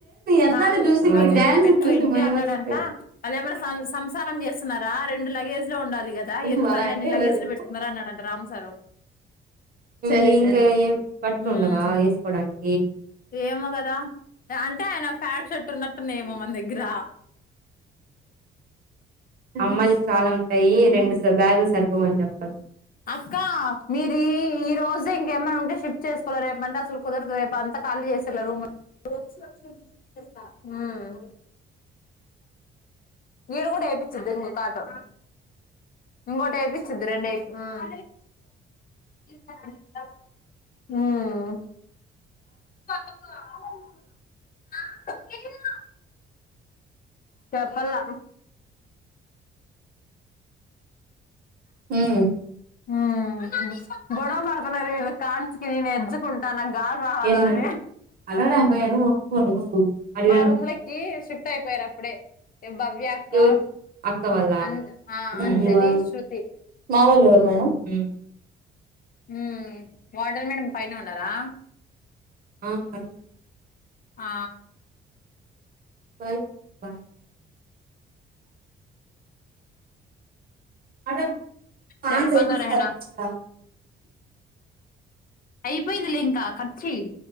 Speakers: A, on the right; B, on the left.
A: అందాన్ని
B: కాదు
A: చూసి
B: లగేజ్
A: నీ ఆ. డాన్స్
B: పెట్టుకో
A: చూసి
B: ఏంటి
A: మైమర్చిపోయాను
B: అన్నాడంట అదేమన్నా సంసారం చేస్తున్నారా, రెండు లగేజ్ లో ఉండాలి కదా
A: నువ్వు
B: ఎందుకు
A: అలా
B: అన్ని
A: అంటే
B: అన్ని
A: ఎలా
B: లగేజీలు
A: చెప్పు
B: పెట్టుకున్నన్నారు అన్నాడంట రామ్ సారు,
A: రి ఇంకా ఏ బట్టలు
B: మ్మ్
A: ఉండవా వేసుకోవడానికి,
B: ఏమో కదా అంటే ఆయన ప్యాంట్ షర్ట్ ఉన్నట్టున్నా ఏమో మన దగ్గర
A: అమ్మాయికి చాలా ఉంటాయి రెండు స బ్యాగులు సరిపో అని చెప్తా,
B: అక్కా మీరు ఈ రోజు ఇంకేమైనా ఉంటే షిఫ్ట్ చేసుకోవాల రేపు అంటే అసలు కుదరదు రేపు అంతా కాల్ చేసిన్నాము <unintelligible> హ్మ్మ్ వీడ కూడా వేపిన్చ్చద్దింగ కాటో ఇంకోటి ఎపించద్దు రెండు ఉమ్ హ్మ్మ్ బ చెప్పల్ల
A: హ్మ్మ్
B: ఉమ్ గొడవ పడుతున్నారు వీళ్ళు కార్చుకి నేను ఎడ్జుకుంటాను గాలి రావాలా
A: ఏంటి అన్
B: అని
A: మేడం? అడగడానికి <inaudible>
B: మా రూంలోకి
A: పోయారా?
B: షిఫ్ట్ అయిపోయారు అప్పుడే భవ్య అక్క
A: ఎవరు? అక్క వాళ్ళా?
B: అ ఆ
A: హ్మ్.
B: అంజలి శ్రృతి
A: మా వోళ్ళెవరు మేడం ఉమ్
B: హ్మ్మ్ వార్డెన్ మేడం పైన ఉన్నారా
A: ఆ మేడం
B: ఆ
A: బాయ్ బాయ్ మేడం కాల్
B: చెప్పాల
A: చేపిస్తారా
B: రెహనా
A: ఇక్కడ
B: అయిపోయింది లే ఇంకా కట్ చెయ్